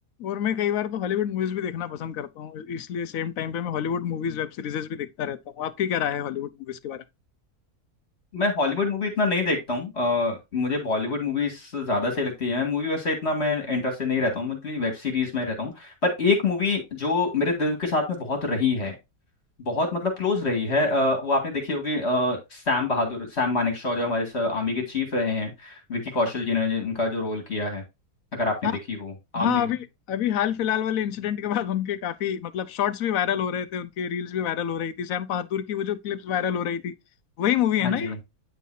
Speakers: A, on the left; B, on the left.
A: और मैं कई बार तो हॉलीवुड मूवीज भी देखना पसंद करता हूँ इसलिए सेम टाइम पे मैं हॉलीवुड मूवीज वेब सीरीजेस भी देखता रहता हूँ आपकी क्या राय है हॉलीवुड मूवीज के बारे
B: मैं हॉलीवुड मूवी इतना नहीं देखता हूँ अ, मुझे बॉलीवुड मूवीज ज़्यादा सही लगती है मैं मूवी वैसे इतना मैं इंटरेस्टेड नहीं रहता हूँ मतलब वेब सीरीज में रहता हूँ पर एक मूवी जो मेरे दिल के साथ में बहुत रही है बहुत मतलब क्लोज रही है अ, वो आपने देखी होगी अ, सैम बहादुर सैम मानेकशॉ जो हमारे स- आर्मी के चीफ रहे हैं विकी कौशल जी ने जिनका जो रोल किया है अगर आपने
A: में
B: देखी हो आर्मी
A: हाँ अभी अभी हाल फिलहाल वाले इंसिडेंट के बाद उनके काफी मतलब शॉर्ट्स भी वायरल हो रहे थे उनके रील्स भी वायरल हो रही थी सैम बहादुर की वो जो क्लिप्स वायरल हो रही थी वही मूवी है
B: हाँ
A: ना
B: जी
A: ये